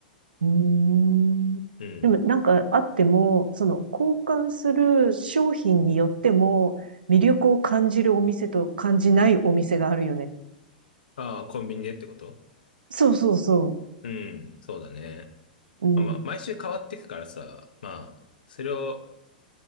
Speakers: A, on the right; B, on the left.
A: うーん。
B: うん。
A: でもなんかあっても、その交換する商品によっても魅力を感じるお店と感じないお店があるよね。
B: ああ、コンビニでってこと
A: そうそうそ
B: うん、そうだね。
A: う。うん。
B: まあ、毎週変わっていくからさ、まあ、それを、